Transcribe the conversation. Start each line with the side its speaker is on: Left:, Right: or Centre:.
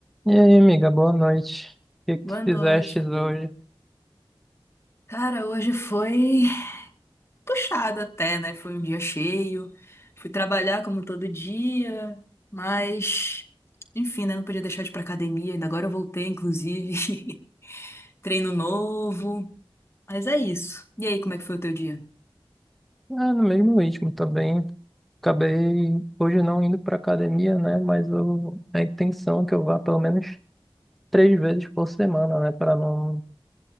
Centre: E aí, amiga, boa noite. O que que
Left: Boa
Centre: fizeste
Left: noite, amigo.
Centre: hoje?
Left: Cara, hoje foi <laughs> puxado até, né? Foi um dia cheio. Fui trabalhar como todo dia, mas enfim, né? Não podia deixar de ir pra academia. Ainda agora eu voltei, inclusive. <laughs> Treino novo. Mas é isso. E aí, como é que foi o teu dia?
Centre: Ah, no mesmo ritmo também. Acabei hoje não indo pra academia, né? Mas o- a intenção é que eu vá pelo menos três vezes por semana, né? Para não,